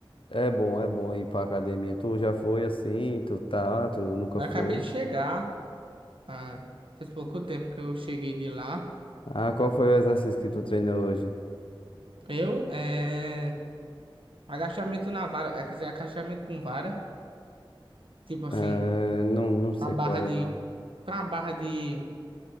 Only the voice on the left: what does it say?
é bom, é bom ir pra academia. Tu já foi assim? Tu tá? Tu nunca
foi?
Ah, qual foi o exercício que tu treinou hoje?
É, não, não sei
qual é,
não.